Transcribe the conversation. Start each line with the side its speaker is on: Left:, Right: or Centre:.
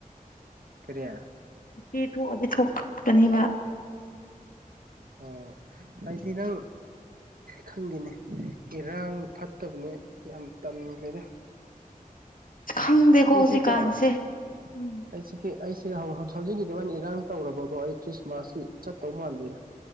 Right: ꯀꯔꯤꯌꯥ
Left: ꯏꯆꯦ ꯊꯣꯛꯑꯗꯤ ꯊꯣꯛꯇꯅꯦꯕ
Right: ꯑꯣ ꯍꯥꯏꯗꯤ ꯅꯪ ꯈꯪꯗꯦꯅꯦ ꯏꯔꯥꯡ ꯐꯠꯇꯕꯅꯦ ꯌꯥꯝ ꯇꯟꯈ꯭ꯔꯦꯗ
Left: ꯈꯪꯗꯦꯀꯣ
Right: ꯑꯩꯁꯤꯀꯣ
Left: ꯍꯧꯖꯤꯛꯀꯥꯟꯁꯦ
Right: ꯑꯩꯁꯤ
Left: ꯎꯝ
Right: ꯑꯩꯁꯤ ꯍꯧꯖꯤꯛꯀꯤꯗꯨ ꯑꯣꯏꯅ ꯑꯣꯏꯅ ꯏꯔꯥꯡ ꯇꯧꯔꯕꯀꯣ ꯑꯩ ꯈ꯭ꯔꯤꯁꯃꯥꯁꯀꯤ ꯆꯠꯇꯧ ꯃꯥꯟꯗꯦꯅ